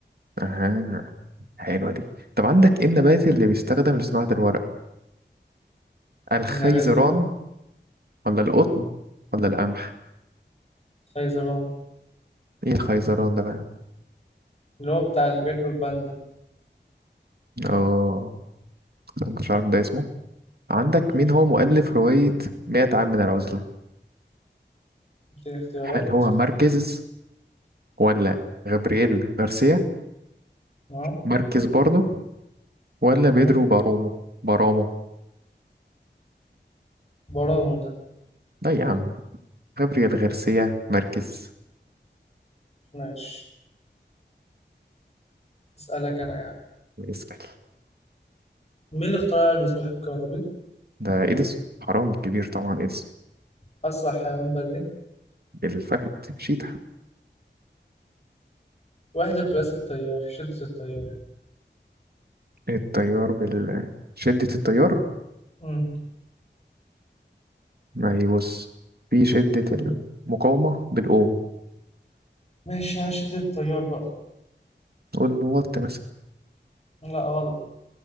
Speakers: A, on the right; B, on the left.
A: أها حلوة دي طب عندك ايه النبات اللي بيستخدم لصناعة الورق الخيزران
B: النبات
A: ولا القطن ولا القمح
B: الخيزران
A: ايه الخيزران ده بقى
B: اللي هو بتاع اللي بياكلوا الباندا
A: اه أنا مكنتش عارف ده اسمه عندك
B: شفت
A: مين هو
B: بقى
A: مؤلف رواية 100 عام من العزلة
B: اديني اختيارات
A: هل هو ماركيز ولا غابرييل غارسيا
B: اه
A: ماركيز برضه ولا بيدرو
B: آه.
A: بارومو بارامو
B: برامو ده
A: لا يا عم غابرييل غارسيا ماركيز
B: ماشي اسألك انا يعني
A: اسأل
B: مين اللي اخترع المصباح الكهربي
A: ده إيديسون حرام كبير طبعا إيديسون
B: اسرع حيوان بري
A: الفهد شيتا
B: وحدة قياس التيار شدة التيار
A: التيار بال شدة التيار
B: مم.
A: ما هي بص في شدة
B: مم.
A: المقاومة بالأوم
B: ماشي على شدة التيار بقى
A: نقول له وات مثلا
B: لا غلط